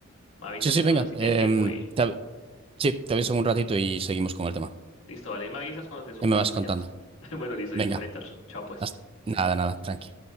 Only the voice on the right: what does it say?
Sí, sí,
venga.
Em,
te, av- sí, te aviso en un ratito y seguimos con el tema.
Ya me vas
contando.
Venga.
hasta- nada, nada, tranqui.